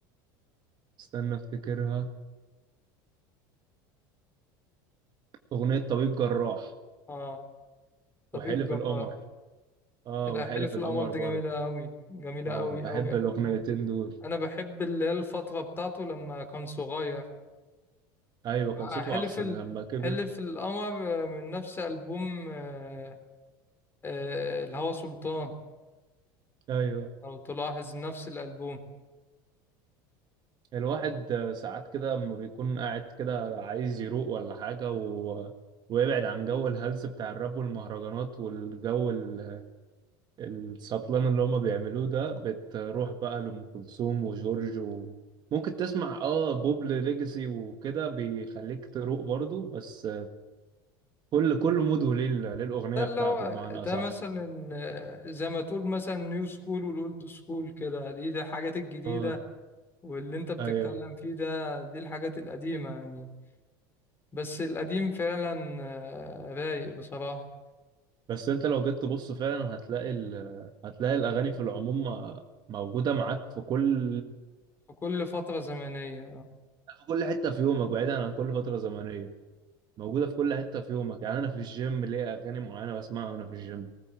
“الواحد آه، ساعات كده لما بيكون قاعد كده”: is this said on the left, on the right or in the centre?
Right